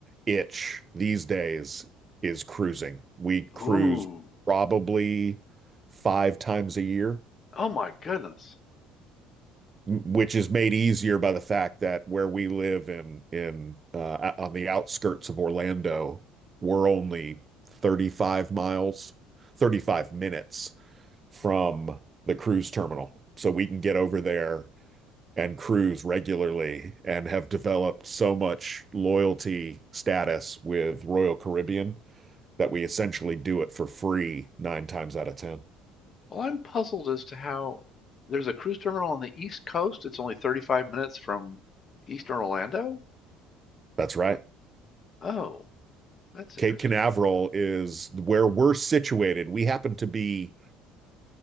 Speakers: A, on the right (about 30°); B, on the left (about 40°).
A: itch these days is cruising. We cruise
B: Ooh.
A: probably five times a year,
B: Oh my goodness.
A: which is made easier by the fact that where we live in in uh, on the outskirts of Orlando, we're only 35 miles, 35 minutes from the cruise terminal. So we can get over there and cruise regularly and have developed so much loyalty status with Royal Caribbean that we essentially do it for free nine times out of 10.
B: Well, I'm puzzled as to how there's a cruise terminal on the East Coast. It's only 35 minutes from Eastern Orlando.
A: That's right.
B: Oh, that's
A: Cape
B: interesting.
A: Canaveral is where we're situated. We happen to be